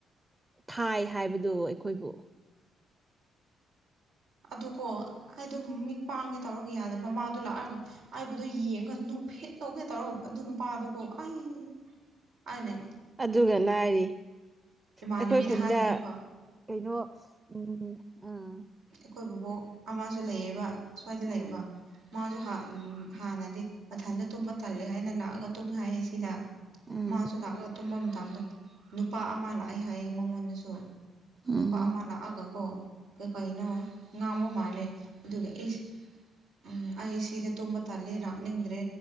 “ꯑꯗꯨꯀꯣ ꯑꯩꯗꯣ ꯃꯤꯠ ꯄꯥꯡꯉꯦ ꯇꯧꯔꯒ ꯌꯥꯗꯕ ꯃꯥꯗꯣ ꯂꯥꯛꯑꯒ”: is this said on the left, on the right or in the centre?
Right